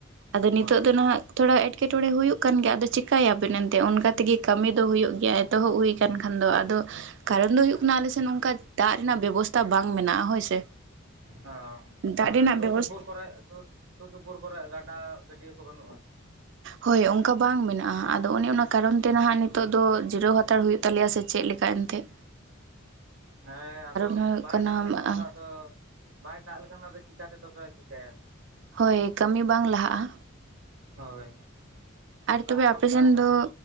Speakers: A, on the right (about 60°); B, on the right (about 85°).
A: ᱟᱫᱚ ᱱᱤᱛᱚᱜᱜ
B: ᱦᱳᱭ
A: ᱫᱚ ᱱᱟᱦᱟᱜᱼᱼ ᱛᱷᱚᱲᱟ ᱮᱴᱠᱮᱴᱚᱬᱮ ᱦᱩᱭᱩᱜ ᱠᱟᱱ ᱜᱮᱭᱟ ᱟᱫᱚ ᱪᱮᱤᱠᱟᱹᱭᱟᱵᱱ ᱮᱱᱛᱮ ᱚᱱᱠᱟ ᱛᱮᱜᱮᱼᱼ ᱠᱟᱹᱢᱤ ᱫᱚ ᱦᱩᱭᱩᱜ ᱜᱮᱭᱟ ᱮᱛᱚᱦᱚᱵ ᱦᱩᱭ ᱟᱠᱟᱱ ᱠᱷᱟᱱ ᱫᱚ ᱟᱫᱚᱼᱼ ᱠᱟᱨᱚᱱ ᱫᱚ ᱦᱩᱭᱩᱜ
B: ᱦᱮᱸ
A: ᱠᱟᱱᱟ ᱟᱞᱮᱮᱥᱮᱫ ᱱᱚᱝᱠᱟ ᱫᱟᱜ ᱨᱮᱱᱟᱜ ᱵᱮᱵᱚᱥᱛᱷᱟ ᱵᱟᱝ ᱢᱮᱱᱟᱜᱼᱟ ᱦᱳᱭ ᱥᱮ
B: ᱦ
A: ᱫᱟᱜ
B: ᱢᱟᱱᱮ
A: ᱨᱮᱱᱟᱜ
B: ᱥᱩᱨ
A: ᱵᱮᱵᱚᱥ
B: ᱥᱩᱯᱩᱨ ᱠᱚᱨᱮ ᱥᱩᱨ ᱥᱩᱯᱩᱨ ᱠᱚᱨᱮ ᱜᱟᱰᱟ ᱜᱟᱹᱰᱭᱟᱹ ᱠᱚ ᱵᱟᱹᱱᱩᱜᱼᱟ?
A: ᱦᱳᱭ ᱚᱱᱠᱟ ᱵᱟᱝ ᱢᱮᱱᱟᱜᱼᱟ ᱟᱫᱚ ᱚᱱᱮ ᱚᱱᱟ ᱠᱟᱨᱚᱱ ᱛᱮ ᱱᱟᱦᱟᱜ ᱱᱤᱛᱚᱜ ᱫᱚ ᱡᱤᱨᱟᱹᱣ ᱦᱟᱛᱟᱲ ᱦᱩᱭᱩᱜ ᱛᱟᱞᱮᱭᱟ ᱥᱮᱼᱼ ᱪᱮᱫ ᱞᱮᱠᱟ ᱮᱱᱛᱮᱫ᱾
B: ᱦᱮᱸ ᱟᱫᱚ
A: ᱦᱩᱭᱩᱜ
B: ᱵᱟᱭ
A: ᱠᱟᱱᱟ
B: ᱫᱟᱜ ᱞᱮᱠᱷᱟᱱ ᱫᱚ ᱟᱫᱚᱼᱼ ᱵᱟᱭ ᱫᱟᱜ ᱞᱮᱠᱷᱟᱱ ᱫᱚ ᱟᱫᱚ ᱪᱤᱠᱟ ᱛᱮᱫᱚ ᱯᱮ ᱪᱤᱠᱟᱹᱭᱟ᱾
A: ᱦᱳᱭ ᱠᱟᱹᱢᱤ ᱵᱟᱝ ᱞᱟᱦᱟᱜᱼᱟ᱾
B: ᱦᱳᱭ
A: ᱟᱨ
B: ᱚᱱᱠᱟ
A: ᱛᱚᱵᱮ
B: ᱟᱴᱚᱠ
A: ᱟᱯᱮ
B: ᱛᱟᱦᱮᱱᱟ
A: ᱥᱮᱱ ᱫᱚᱼᱼ